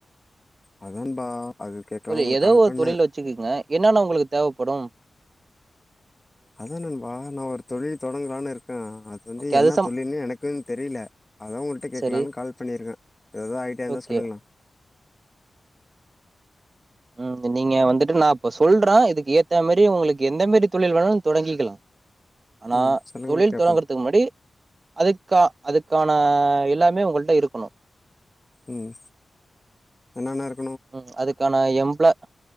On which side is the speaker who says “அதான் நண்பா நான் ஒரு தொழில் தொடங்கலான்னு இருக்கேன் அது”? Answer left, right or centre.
Left